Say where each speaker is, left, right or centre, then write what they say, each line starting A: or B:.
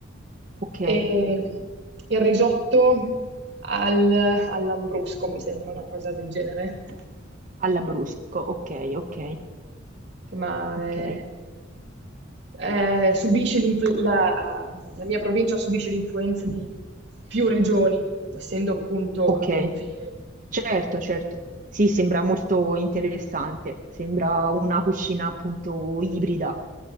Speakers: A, on the right (about 40°); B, on the right (about 60°).
A: ok.
B: E il risotto al- all'ambrusco mi sembra una cosa del genere.
A: All'Ambrusco, ok, ok,
B: Insomma,
A: ok,
B: è eh, subisce l'influ- la, la mia provincia subisce l'influenza di più regioni, essendo appunto
A: ok.
B: al confine.
A: Certo, certo. Sì, sembra molto interessante. Sembra una cucina appunto ibrida.